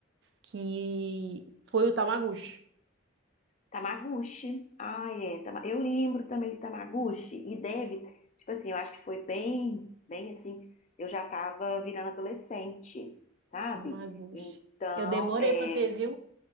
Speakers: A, on the right; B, on the left.
A: que foi o Tamagotchi.
B: Tamaguchi. Ah, é. Tama- Eu lembro também de Tamaguchi. E deve, tipo assim, eu acho que foi bem, bem assim. Eu já tava virando adolescente, sabe?
A: Tamagotchi.
B: Então,
A: Eu demorei
B: é.
A: para ter, viu?